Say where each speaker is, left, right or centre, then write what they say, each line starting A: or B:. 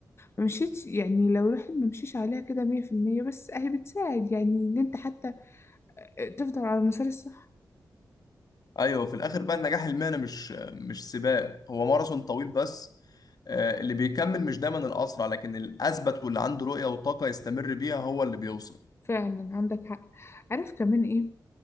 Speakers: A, on the left; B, on the left.
A: ما مشيتش يعني لو الواحد ما مشيش عليها كده مية في المية بس أهي بتساعد يعني إن أنت حتى تفضل على المسار الصح
B: ايوه في الاخر بقى النجاح المهني مش مش سباق هو ماراثون طويل بس آه، اللي بيكمل مش دايما الاسرع لكن الاثبت واللي عنده رؤيه وطاقه يستمر بيها هو اللي بيوصل
A: فعلا عندك حق عارف كمان ايه